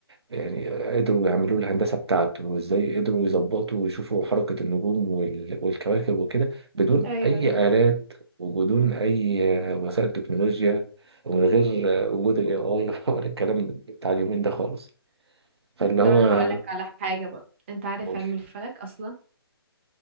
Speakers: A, on the right (about 80°); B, on the right (about 30°).
A: يعني قدروا يعملوا له الهندسة بتاعته وازاي قدروا يظبطوا ويشوفوا حركة النجوم وال- والكواكب وكده بدون
B: ايوه
A: أي آلات وبدون أي آه، وسائل تكنولوجيا ومن غير آه، وجود ال AI <laughs> ولا الكلام بتاع اليومين ده خالص فاللي
B: طب
A: هو
B: انا هقول لك على حاجة بقى انت عارف
A: قولي
B: علم الفلك اصلا